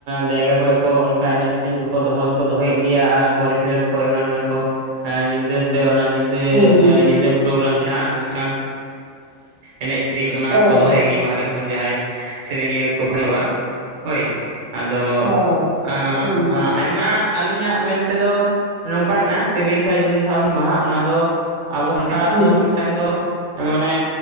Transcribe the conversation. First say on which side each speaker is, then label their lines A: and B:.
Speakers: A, on the right; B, on the right.
A: ᱡᱟᱭᱜᱟ ᱠᱚᱨᱮ ᱠᱚ ᱚᱱᱠᱟ ᱮᱱᱮᱡ ᱥᱮᱨᱮᱧ ᱠᱚ ᱠᱚ ᱫᱚᱦᱚ ᱫᱚᱠᱚ ᱫᱚᱦᱚᱭᱮᱫ ᱜᱮᱭᱟ ᱟᱨ ᱵᱚᱞ ᱠᱷᱮᱞᱳᱰ ᱠᱚ ᱮᱢᱟᱱ ᱮᱢᱟᱱ ᱠᱚ, ᱧᱤᱫᱟᱹ ᱥᱮ ᱚᱱᱟ ᱧᱤᱫᱟᱹ
B: ᱦᱩᱸ
A: ᱧᱤᱫᱟᱹ ᱯᱨᱳᱜᱨᱟᱢ ᱡᱟᱦᱟᱸ ᱚᱱᱩᱥᱴᱷᱟᱱ ᱮᱱᱮᱡ ᱥᱮᱨᱮᱧ ᱚᱱᱟ
B: ᱚ
A: ᱠᱚ
B: ᱦᱚᱸ
A: ᱫᱚᱦᱚᱭ ᱜᱮ ᱵᱟᱦᱨᱮ ᱠᱷᱚᱱ ᱡᱟᱦᱟᱸᱭ ᱥᱮᱨᱮᱧᱤᱭᱟᱹ ᱠᱚ ᱵᱷᱟᱜᱤ ᱵᱟ ᱦᱳᱭ ᱾ ᱟᱫᱚ
B: ᱚ
A: ᱟᱸ
B: ᱦᱚᱸ
A: ᱟᱸ ᱟᱭᱢᱟ ᱟᱹᱞᱤᱧᱟᱜ ᱢᱮᱱ ᱛᱮᱫᱚ ᱱᱚᱝᱠᱟ ᱢᱮᱱᱟᱜᱼᱟ ᱛᱤᱨᱤᱥᱟ ᱡᱩᱱ ᱡᱟᱦᱟᱸ ᱦᱩᱞ ᱢᱟᱦᱟ ᱚᱱᱟ ᱫᱚ ᱟᱵᱚ ᱥᱟᱱᱛᱟᱲᱟᱜ
B: ᱦᱩᱸ
A: ᱫᱚ ᱢᱤᱫᱴᱟᱝ ᱫᱚ ᱢᱟᱱᱮ